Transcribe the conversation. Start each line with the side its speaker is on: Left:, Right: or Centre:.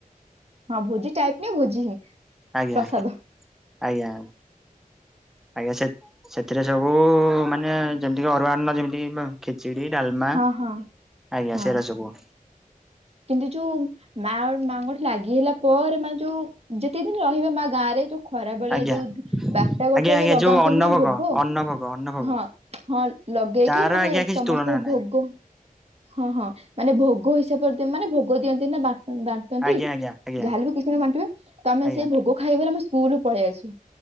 Right: ହଁ ଭୋଜି ଟାଇପ ନାଇଁ ଭୋଜି ହିଁ ପ୍ରସାଦ।
Centre: ଆଜ୍ଞା ଆଜ୍ଞା। ଆଜ୍ଞା, ସେ ସେଥିରେ ସବୁ ମାନେ ଯେମିତିକି ଅରୁଆ ଅନ୍ନ ଯେମିତି ଖିଚିଡି, ଡାଲମା,
Right: ହଁ ହଁ
Centre: ଆଜ୍ଞା
Right: ହଁ
Centre: ସେଇରା ସବୁ।
Right: କିନ୍ତୁ ଯୋଉ ମାଁ ମାଆଙ୍କର ଲାଗି ହେଲା ପରେ ମାନେ ଯୋଉ ଯେତେ ଦିନ ରହିବେ ମାଁ ଗାଁ ରେ ଯୋଉ ଖରା ବେଳେ
Centre: ଆଜ୍ଞା
Right: ଯୋଉ ଏଟା ଗୋଟେ
Centre: ଆଜ୍ଞା
Right: ଯୋଉ
Centre: ଆଜ୍ଞା
Right: ଲଗାନ୍ତିନି
Centre: ଅନ୍ନଭୋଗ
Right: ନା ଭୋଗ
Centre: ଅନ୍ନଭୋଗ ଅନ୍ନଭୋଗ
Right: ହଁ, ହଁ ଲଗେଇକି
Centre: ତାର
Right: ମାନେ
Centre: ଆଜ୍ଞା କିଛି
Right: ସମସ୍ତଙ୍କୁ
Centre: ତୁଳନା ନାହିଁ
Right: ଭୋଗ ହଁ, ହଁ ମାନେ ଭୋଗ ହିସାବରେ ମାନେ ଭୋଗ ଦିଅନ୍ତି ନା ବାର
Centre: ଆଜ୍ଞା ଆଜ୍ଞା ଆଜ୍ଞା
Right: ଯାହାେଲେ ବି କିଛି ଦିନ ବାଣ୍ଟିବେ ତ ଆମେ
Centre: ଆଜ୍ଞା।
Right: ସେ ଭୋଗ ଖାଇବ ଆମେ ସ୍କୁଲୁରୁ ପଳେଇ ଆସୁ।